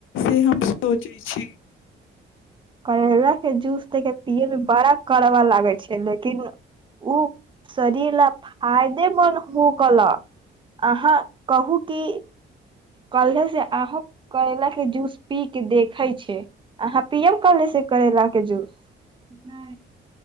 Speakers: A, on the left (about 85°); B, on the right (about 25°).
A: से हम सोचै छी
B: करैलााक के जूस देख पियए मे बड़ा कड़बा लागै छै लेकिन ओ शरीर ल फायदेमन्द होके ल अहाँ कहू क कलहे से आह करला के जूस पी के देखै छै पी एम कलेस करैला के जूस